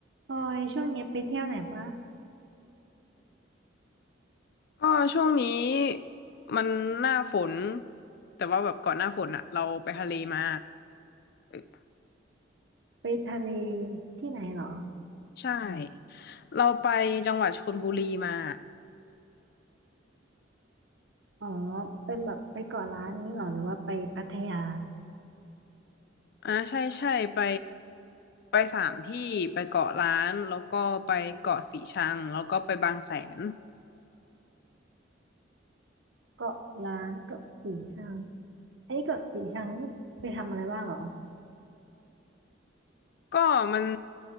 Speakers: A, on the right; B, on the left.
A: พลอยช่วงนี้ไปเที่ยวไหนปะ
B: ก็ช่วงนี้มันหน้าฝนแต่ว่าแบบก่อนหน้าฝนอะเราไปทะเลมาเออ
A: ไปทะเลที่ไหนเหรอ
B: ใช่เราไปจังหวัดชลบุรีมา
A: อ๋อเป็นแบบไปเกาะล้านนี้เหรอหรือว่าไปพัทยา
B: อ่าใช่ใช่ไปไปสามที่ไปเกาะล้านแล้วก็ไปเกาะสีชังแล้วก็ไปบางแสน
A: เกาะล้านเกาะสีชังอันนี้เกาะสีชังนี่ไปทำอะไรบ้างเหรอ
B: ก็มัน